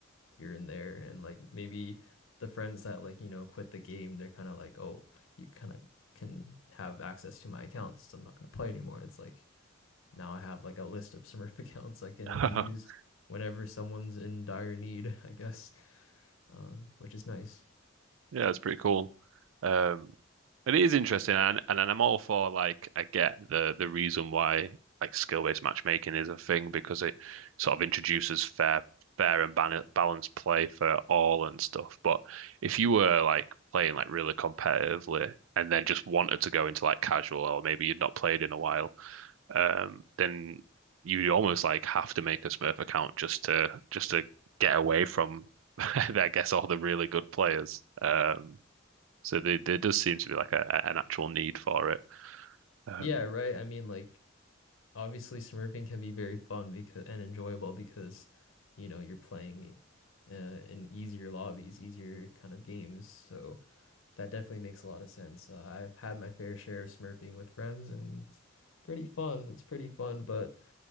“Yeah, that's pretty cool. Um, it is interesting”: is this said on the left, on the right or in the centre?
Right